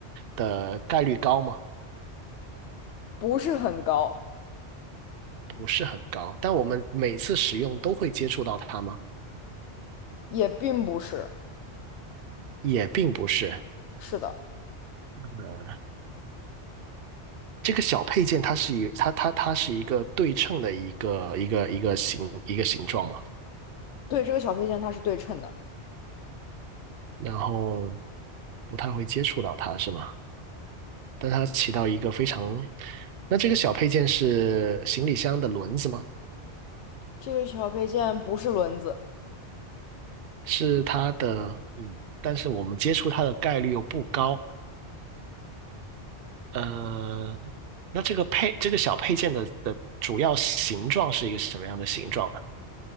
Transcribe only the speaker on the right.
的概率高吗？
不是很高，但我们每次使用都会接触到它吗？
也并不是。
呃，这个小配件它是一它它它是一个对称的一个一个一个形一个形状嘛，
然后不太会接触到它是吗？但它起到一个非常，那这个小配件是行李箱的轮子吗？
是它的，嗯，但是我们接触它的概率又不高。呃，那这个配这个小配件的的主要形状是一个什么样的形状呢？